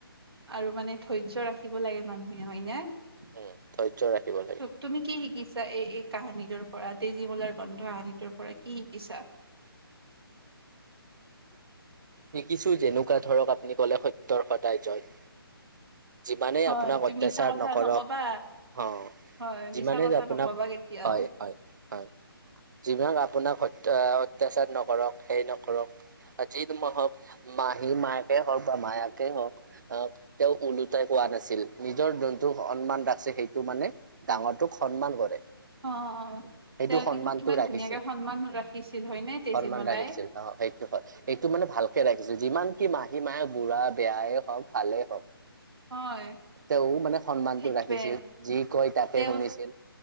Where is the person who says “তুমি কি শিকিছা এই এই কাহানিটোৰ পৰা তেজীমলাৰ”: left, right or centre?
Right